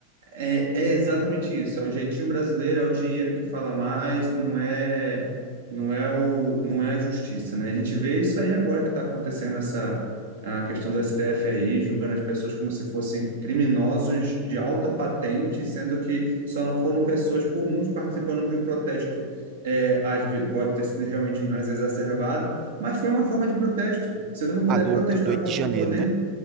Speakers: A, on the right; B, on the right.
A: É, é exatamente isso. É o jeitinho brasileiro, é o dinheiro que fala mais, não é, não é o, não é a justiça, né? A gente vê isso aí agora que está acontecendo essa a questão do STF aí, julgando as pessoas como se fossem criminosos de alta patente, sendo que só não foram pessoas comuns participando de um protesto. É, às ve- pode ter sido realmente mais exacerbado, mas foi uma forma de protesto. Se eu não puder
B: Ah, do
A: protestar
B: oito, do oito
A: contra
B: de janeiro,
A: o poder,
B: né?